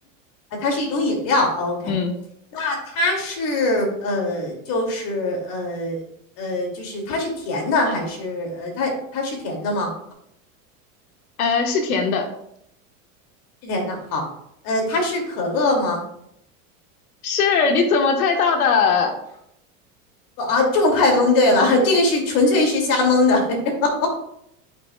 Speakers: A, on the left; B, on the left.
A: 啊，它是一种饮料。OK，
B: <laughs> 嗯
A: 那它是呃，就是呃呃，就是它是甜的还是呃，它它是甜的吗？
B: 呃，是甜的。
A: 是甜的。好，呃，它是可乐吗？
B: 是，你怎么猜到的？
A: 啊，这么快蒙对了，<laughs> 这个是纯粹是瞎蒙的。<laughs>